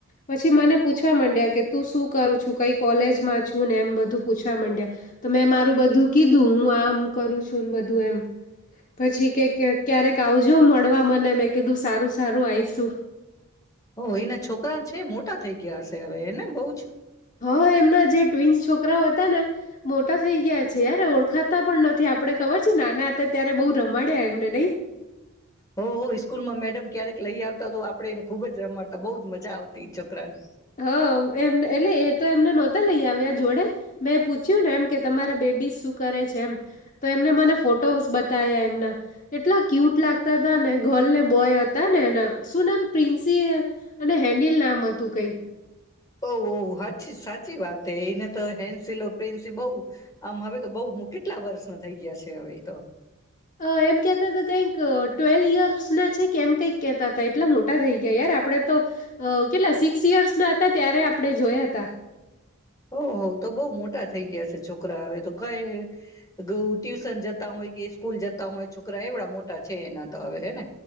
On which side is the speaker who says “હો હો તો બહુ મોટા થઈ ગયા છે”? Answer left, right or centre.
Left